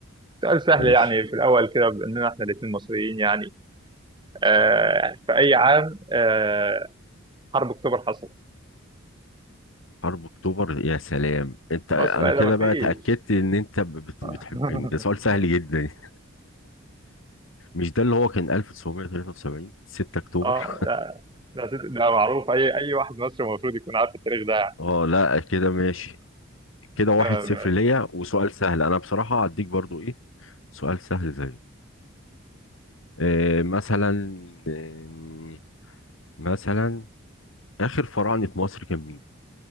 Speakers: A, on the right; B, on the left.
A: سؤال سهل
B: ماشي
A: يعني في الاول كده باننا احنا الاثنين مصريين يعني آه في اي عام آه حرب اكتوبر حصلت
B: حرب اكتوبر يا سلام انت انا
A: مصر قال
B: كده
A: ما
B: بقى
A: فيش
B: اتاكدت ان انت بت-
A: <laughs>
B: بتحبني ده سؤال سهل جدا مش ده اللي هو كان 1973 6 اكتوبر
A: اه لا ده ده معروف اي اي واحد مصري المفروض يكون عارف التاريخ ده يعني.
B: اه لا كده ماشي كده واحد
A: تمام.
B: صفر ليا وسؤال سهل انا بصراحه هديك برضو ايه سؤال سهل زيه آه مثلا آه مثلا اخر فراعنه مصر كان مين